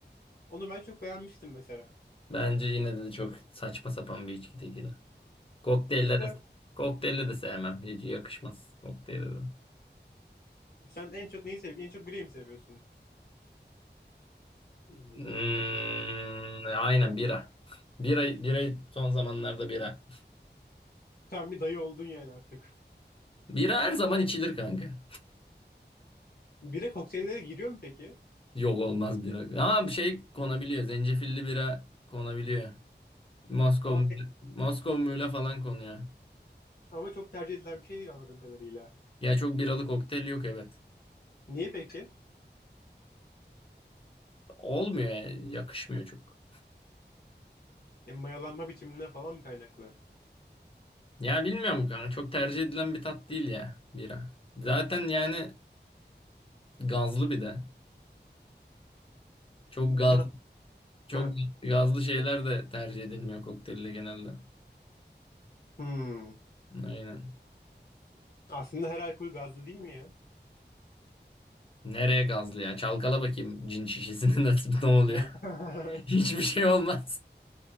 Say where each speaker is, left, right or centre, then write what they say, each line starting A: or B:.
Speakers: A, on the left; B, on the left.
A: Onu ben çok beğenmiştim mesela.
B: Bence yine de çok saçma sapan bir içki tekili. Kokteylle
A: Tekile
B: de, kokteylle de sevmem. Hiç yakışmaz kokteylle de.
A: sen en çok neyi seviyorsun? En çok bireyi mi seviyorsun?
B: Hmm, aynen bira. Bira, bira son zamanlarda bira.
A: Tam bir dayı oldun yani artık.
B: Bira her zaman içilir kanka.
A: Bire kokteyllere giriyor mu peki?
B: Yok olmaz bira. Ama bir şey konabiliyor. Zencefilli bira konabiliyor. Moskova,
A: Ama, pek-
B: Moskova Mule falan konuyor.
A: ama çok tercih edilen bir şey değil anladığım kadarıyla.
B: Ya çok biralı kokteyl yok evet.
A: Niye peki?
B: Olmuyor yani. Yakışmıyor çok.
A: E, mayalanma biçiminden falan mı kaynaklı?
B: Ya bilmiyorum kanka çok tercih edilen bir tat değil ya bira. Zaten yani gazlı bir de. Çok
A: Bütün...
B: gaz çok
A: Ha,
B: gazlı şeyler de tercih edilmiyor kokteylde genelde.
A: hmm.
B: Aynen.
A: Aslında her alkol gazlı değil mi ya?
B: Nereye gazlı ya? Çalkala bakayım cin şişesini <laughs> nasıl ne oluyor?
A: <laughs>
B: <laughs> Hiçbir şey olmaz.